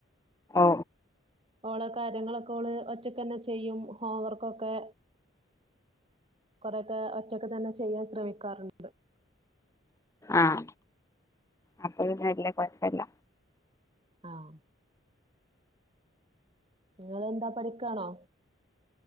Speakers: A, on the left; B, on the right.
A: ഓ
B: അവഓള് കാര്യങ്ങളൊക്കെ അവഓള് ഒറ്റക്ക് തന്നെ ചെയ്യും ഹോംവർക്കൊക്കെ കുറെേൊക്കെ ഒറ്റക്കെ തന്നെ ചെയ്യാൻ ശ്രമിക്കാറുണ്ട്.
A: ആഹ അപ്പൊ നല്ല കുഴപ്പല്ല.
B: ആഹ നിങ്ങ എന്താ പഠിക്കാണോ.